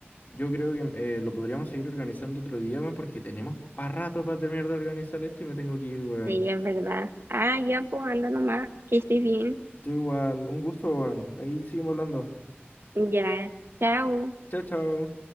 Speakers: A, on the left; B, on the right.
A: yo creo que eh, lo podríamos seguir organizando otro día, weón, porque tenemos para rato para terminar de organizar esto y me tengo que ir, weón.
B: Sí, es verdad. Ah, ya, pues anda nomás, que estés bien.
A: Tú igual, un gusto, weón. Ahí seguimos hablando.
B: Ya, chao.
A: Chao, chao.